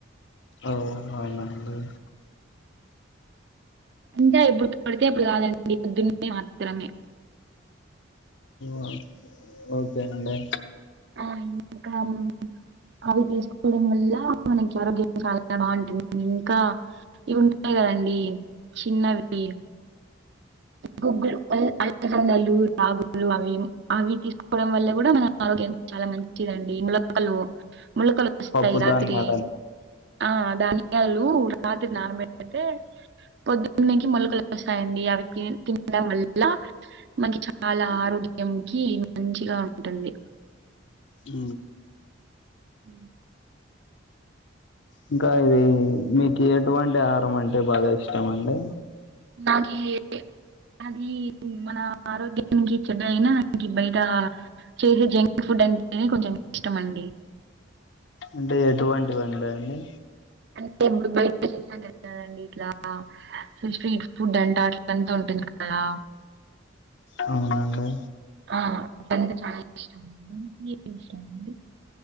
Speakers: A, on the left; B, on the right.
A: ఓ అవున అండి
B: అంటె ఎప్పుడు పడితే అపుడు కాదండి పొద్దున మాత్రమే
A: ఆ ఓకే అండి
B: ఆ ఇంకా ముందు అవి తీసుకోవడం వల్ల మనకి ఆరోగ్యం చాలా బాగుంటుంది ఇంకా ఇవి ఉంటాయి కదండి చిన్నవి గుగ్గులు అలసందలు రాగులు అవి అవి తీస్ కోవడం వల్ల కూడా మన ఆరోగ్యం చాలా మంచి చిదండి మొలకలు మొలకలు వస్తాయి
A: పప్పు
B: రాత్రి
A: ధాన్యాలని
B: ఆ ధాన్యాలు రాత్రి నానబెట్ కుంటే పొద్దున్నకి మొలకలు వస్తాయండి అవి తిన్ తినడం వల్ల మనకి చాలా ఆరోగ్యంకి మంచిగా ఉంటుంది
A: ఊ
B: ఊ
A: ఇంకా ఇది మీకు ఎటువంటి ఆహారం అంటే బాగా ఇష్టం అండి
B: నాకి ఏం అది మన ఆరోగ్యానికి చెడ్డ అయినానికి బయట చేసే జంక్ ఫుడ్ అంటే కొంచెం ఇష్టమండి
A: అంటే ఎటువంటివి అండండి
B: అంటే ఇప్పుడు బయట చేస్తాంటారుగా అండి ఇట్లా స్ట్రీట్ ఫుడ్ అంట అట్లా అంతా ఉంటుంది కదా
A: అవునండి
B: ఆ అంటె చాయ్ <unintelligible> ఏది ఇష్టమండి